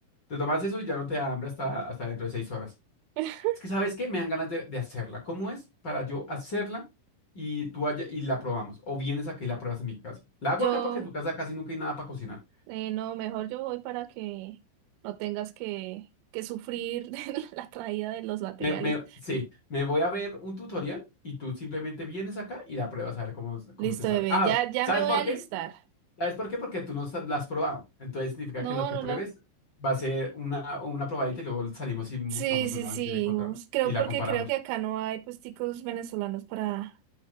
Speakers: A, on the left; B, on the right.
A: te tomas eso y ya no te da hambre hasta, hasta dentro de 6 horas.
B: <laughs>
A: Es que, ¿sabes qué? Me dan ganas de, de hacerla. ¿Cómo es para yo hacerla y tú allá y la probamos? O vienes acá y la pruebas en mi casa. La hago
B: Yo.
A: acá porque en tu casa casi nunca hay nada para cocinar.
B: Eh, no, mejor yo voy para que no tengas que, que sufrir <laughs> de la traída de los materiales.
A: Me, me, sí, me voy a ver un tutorial y tú simplemente vienes acá y la pruebas a ver cómo, cómo
B: Listo,
A: te sabe.
B: bebé,
A: Ah,
B: ya, ya
A: ¿sabes
B: me voy
A: por
B: a alistar.
A: qué? ¿Sabes por qué? Porque tú no sa- la has probado. Entonces significa
B: No,
A: que lo que
B: no
A: pruebes
B: la.
A: va a ser una, una probadita y luego salimos y buscamos
B: Sí, sí,
A: una
B: sí.
A: vez y la encontramos
B: us- Creo
A: y la
B: porque
A: comparamos.
B: creo que acá no hay puesticos venezolanos para,